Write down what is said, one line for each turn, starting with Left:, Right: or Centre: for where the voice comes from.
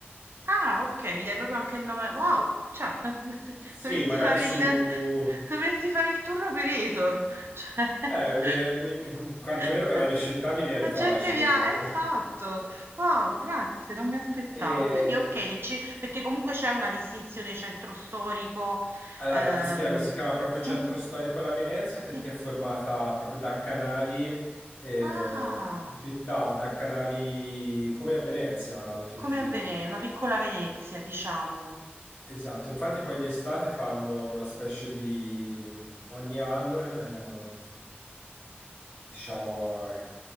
Right: Ah, okay, mi dai proprio anche il nome wow, cioè <laughs>
Left: Sì,
Right: dovresti
Left: magari
Right: fare
Left: su...
Right: il dovresti fare il tour operator, cioè
Left: Eh,
Right: <laughs>
Left: mi- mi- quantomeno per la mia città mi viene
Right: la
Left: facile,
Right: gente via
Left: ecco.
Right: esatto, wow, grazie, non mi aspettavo.
Left: E-
Right: Quindi okay, nel ce perché comunque c'è una distinzione centro storico,
Left: Allora,
Right: ehm
Left: ti spiego, si chiama proprio Centro
Right: mh,
Left: Storico La Venezia
Right: sì,
Left: perché è formata proprio da canali eh,
Right: ah,
Left: in città, da canali come a Venezia alla fin
Right: come
Left: fine.
Right: a Vene una piccola Venezia diciamo,
Left: Esatto, infatti poi di estate fanno una specie di mhmm, ogni anno, ehm, diciamo, eh,